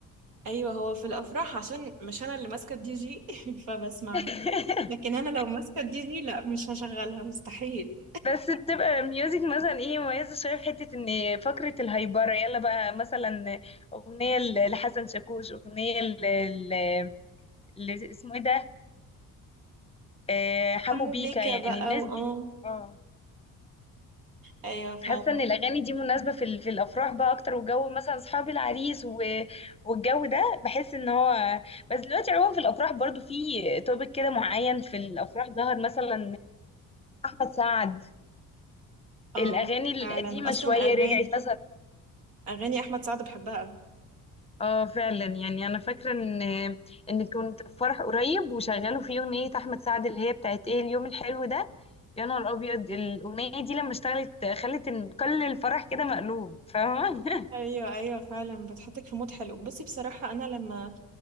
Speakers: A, on the right; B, on the left.
A: ايوه هو في الافراح عشان مش انا اللي ماسكة الدي جي <laughs> فبسمعها
B: <laughs>
A: لكن انا لو ماسكة الدي جي لا مش هشغلها مستحيل
B: بس بتبقى ميوزك مثلا ايه مميزة شوية في حتة ان فقرة الهايبرة يلا بقى مثلا اغنية ل- لحسن شاكوش اغنية ل- ل- ل- اسمه ايه ده آه، حمو
A: حمو
B: بيكا
A: بيكا
B: يعني
A: بقى
B: الناس
A: واه
B: دي اه
A: ايوه فعلا
B: حاسة ان الاغاني دي مناسبة في ال- في الافراح بقى اكتر وجو مثلا اصحاب العريس و- والجو ده بحس ان هو بس دلوقتي عموما في الافراح برضو في توبك كده معين في الافراح ظهر مثلا احمد سعد
A: اه
B: الاغاني القديمة
A: فعلا اصلا
B: شوية
A: اغاني
B: رجعت مثلا
A: اغاني احمد سعد بحبها أوي.
B: اه فعلا يعني انا فاكره ان ان كنت في فرح قريب وشغلوا فيه اغنيه احمد سعد اللي هي بتاعت ايه اليوم الحلو ده يا نهار ابيض الاغنيه دي لما اشتغلت خلت إن كل الفرح كده مقلوب فاهمه <laughs>
A: ايوه ايوه فعلا بتحطك في مود حلو بصي بصراحة انا لما